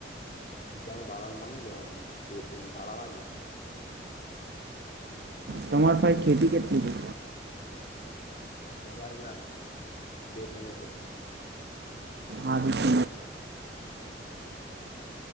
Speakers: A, on the left; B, on the right.
A: બીજા ભળ માંગી લેવાનું બે ત તાળા લાગી.
B: તમારફાઈ ખેતી કેધ.
A: વધારે ના બેતો ન કરતી.
B: આદ પછ.
A: હમ.